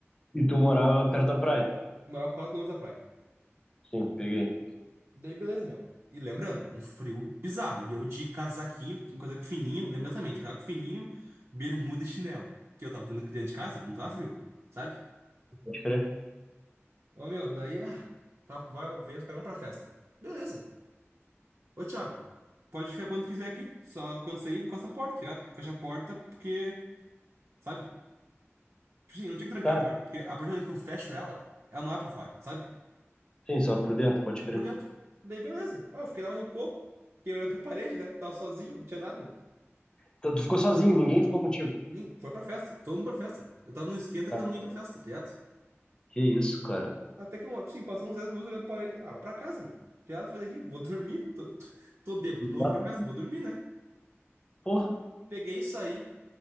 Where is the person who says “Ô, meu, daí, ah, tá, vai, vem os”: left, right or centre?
Right